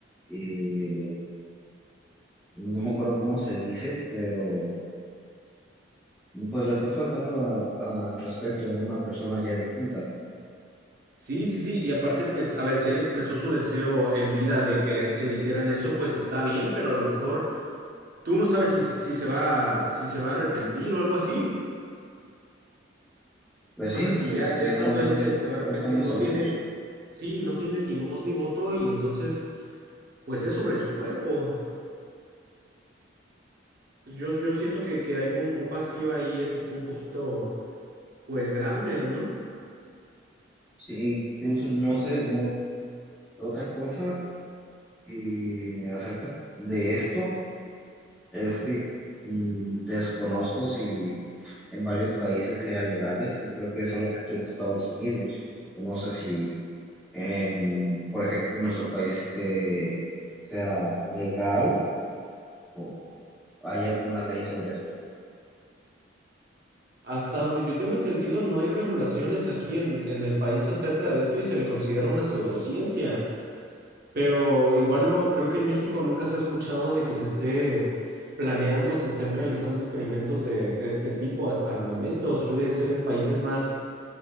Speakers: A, in the centre; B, on the right.
A: eh, no me acuerdo cómo se dice, pero pues le estás faltando a- al respeto a una persona ya difunta.
B: Sí, sí, sí, y aparte pues, a ver, si él expresó su deseo en vida de querer que le hicieran eso, pues está bien, pero a lo mejor tú no sabes si, si si se va, si se va a arrepentir o algo así.
A: Pues sí,
B: O sea, si
A: este
B: ya, ya estando
A: no no
B: ahí
A: no,
B: se, se va a arrepentir,
A: no estamos
B: no
A: seguros.
B: tiene, sí, no tiene ni voz ni voto y entonces, pues es sobre su cuerpo. Yo, yo siento que, que hay un, un vacío ahí ético un poquito, pues grande, ¿no?
A: Sí, incluso no sé, no otra cosa Y acerca de esto es que mm, desconozco si en varios países sea legal esto, creo que solamente en Estados Unidos, no sé si en, por ejemplo, en nuestro país este sea legal o hay alguna ley sobre esto.
B: Hasta donde yo tengo entendido, no hay regulaciones aquí en, en el país acerca de esto y se le considera una pseudociencia. Pero igual no, creo que en México nunca se ha escuchado de que se esté planeando, se estén realizando experimentos de, de este tipo hasta el momento. Suele ser en países más,